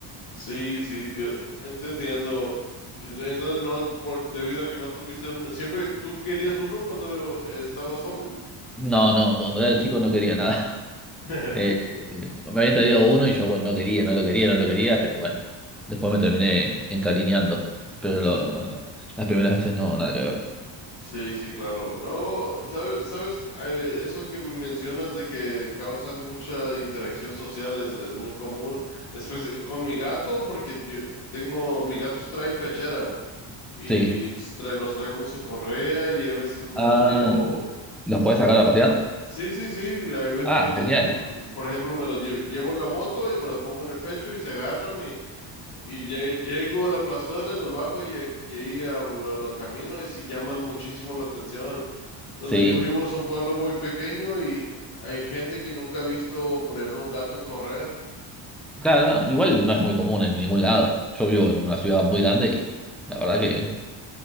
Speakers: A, on the left; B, in the centre.
A: Sí, sí, yo entendiendo. Entonces, no, por debido a que no tuviste un, siempre tú querías uno cuando estabas joven.
B: No, no, cuando era chico no quería nada. <laughs>
A: <laughs>
B: Eh, me habían traído uno y yo bueno, no quería, no lo quería, no lo quería, hasta que bueno, después me terminé encariñando. Pero
A: Sí,
B: lo- la- las primeras veces no, nada que ver.
A: sí, sí, claro. No, sabes, sabes, Eh, eso que mencionas de que causan mucha interacción social es, es muy común, Espec- con mi gato, porque yo tengo, mis gatos traen pechera y
B: Sí.
A: s- tra- los traigo en su correa y a veces me
B: Ah,
A: los llevo
B: ¿los podés sacar a pasear?
A: Sí, sí, sí, hay veces
B: Ah,
A: lo lle-
B: genial.
A: por ejemplo, me los lle- llevo en la moto y me los pongo en el pecho y se agarran y, y lle- llego a la plazuela y los bajo y, aquí- y ahí am, lo, lo camino y sí llaman muchísimo la atención. Donde
B: Sí.
A: yo vivo es un pueblo muy pequeño y hay gente que nunca ha visto, por ejemplo, un gato en correa.
B: Claro, no, igual no es muy común en ningún lado. Yo vivo en una ciudad muy grande y la verdad que